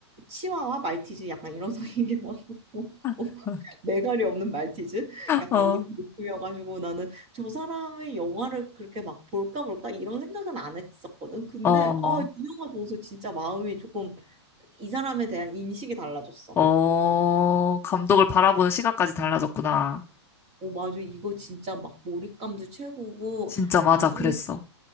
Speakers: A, on the right; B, on the left.
A: 치와와 말티즈 약간 이런 <laughs> 성이기도 하고
B: <laughs>
A: 매갈이 없는 말티즈? 약간
B: 어,
A: 이런 느낌이어가지고 나는 저 사람의 영화를 그렇게 막 볼까 볼까 이런 생각은 안 했었거든. 근데
B: 어,
A: 아, 이 영화 보고서 진짜 마음이 조금 이 사람에 대한 인식이 달라졌어.
B: 어, 감독을 바라보는 시각까지 달라졌구나.
A: 오, 맞아. 이거 진짜 막 몰입감도 최고고
B: 진짜 맞아,
A: 나중에
B: 그랬어.